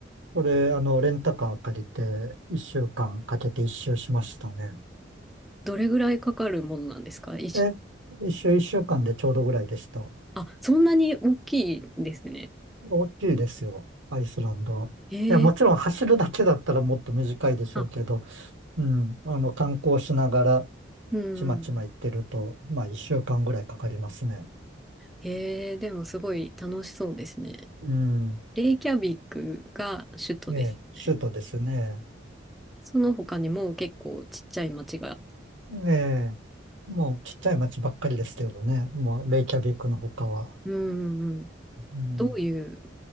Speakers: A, on the right (about 80°); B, in the centre.
A: これ、あの、レンタカー借りて、一週間かんかけて一周しましたね。
B: どれぐらいかかるものなんですか一緒
A: え、一周一週間でちょうどぐらいでした。
B: あ、そんなに大きいんですね。
A: 大きいですよ、アイスランド。
B: へえ、
A: いや、もちろん走るだけだったらもっと短いでしょうけど、
B: あ、
A: うん、あの、観光しながら、
B: うん。
A: ちまちま行ってると、まあ、一週間ぐらいかかりますね。
B: へえ、でもすごい楽しそうですね。
A: うん。
B: レイキャビックが首都ですね。
A: ええ、首都ですね。
B: その他にも結構ちっちゃい町が、
A: ええ、もうちっちゃい町ばっかりですけどね。もう、レイキャビックの他は。
B: うん、うんうん
A: うん、
B: どういう